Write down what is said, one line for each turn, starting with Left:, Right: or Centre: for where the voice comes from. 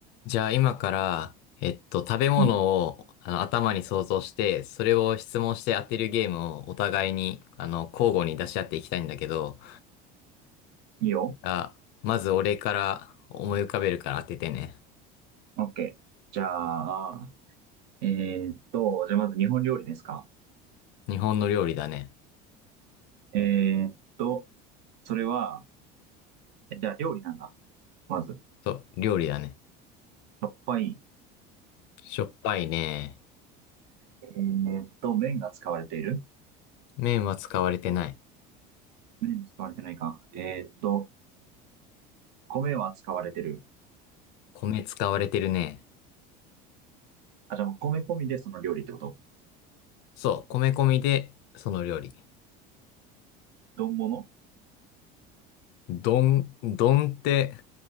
Left: じゃあ今から、えっと、食べ物をあの頭に想像して、
Right: うん。
Left: それを質問して当てるゲームをお互いに、あの、交互に出し合っていきたいんだけど、
Right: いいよ。
Left: じゃあ、まず俺から思い浮かべるから当ててね。
Right: オッケー。じゃあ、えーっと、じゃあまず日本料理ですか。
Left: 日本の料理だね。
Right: えーっと、それは、じゃあ料理なんだ。まず、
Left: そう、料理だね。
Right: しょっぱい。
Left: しょっぱいね。
Right: えーっと、麺が使われている
Left: 麺は使われてない。
Right: 麺使われてないか。えーっと、米は使われてる。
Left: 米使われてるね。
Right: あ、じゃあもう米込みでその料理ってこと
Left: そう、米込みで、その料理。
Right: 丼物
Left: どんどんって、